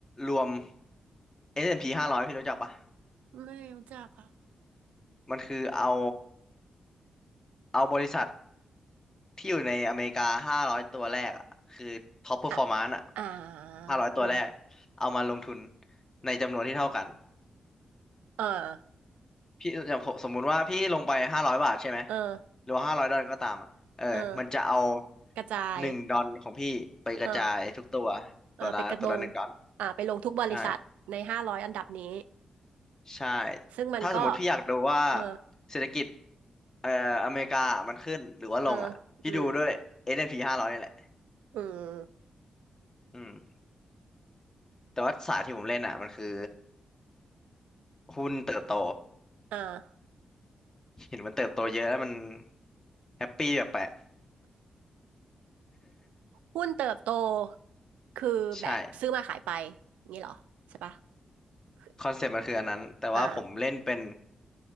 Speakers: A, on the left; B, on the right.
A: รวม S&P 500พีห้าร้อยพี่รู้จักปะ
B: ไม่รู้จักอ่ะ
A: มันคือเอาเอาบริษัทที่อยู่ในอเมริกา500ตัวแรกอ่ะคือ top performance
B: อ่ะ
A: อ่ะ
B: อ่า
A: 500ตัวแรก
B: อืม
A: เอามาลงทุนในจำนวนที่เท่ากัน
B: เออ
A: พี่อย่างผมสมมุติว่าพี่ลงไปห้าร้อยบาทใช่ไหม
B: เออ
A: หรือว่าห้าร้อยดอลก็ตามอ่ะเออมันจะเอา
B: เออกระจาย
A: หนึ่งดอลของพี่ไปกระจายทุกตัว
B: เออเออไปกระลง
A: ตัวละตัวละหนึ่งดอล
B: อ่าไปลงทุกบริษัทในห้าร้อยอันดับนี้
A: ใช่ใช่
B: ซึ่งมันก็
A: ถ้าสมมติพี่อยากดูว่า
B: เออ
A: เศรษฐกิจเอ่ออเมริกามันขึ้นหรือว่าลงอ่ะพี่ดูด้วย
B: เอออืม
A: S&P 500นด์พีห้าร้อยนี่แหละ
B: อืม
A: อืมแต่ว่าสายที่ผมเล่นอ่ะมันคือหุ้นเติบโต
B: อ่า
A: เห็นมันเติบโตเยอะแล้วมันแฮปปี้แปลกๆ
B: หุ้นเติบโตคือแบบซื้อมาขายไป
A: <laughs> ใช่
B: งี้เหรอใช่ปะคือ
A: คอนเซ็ปต์มันคืออันนั้นแต่ว่าผมเล่นเป็น
B: อ่า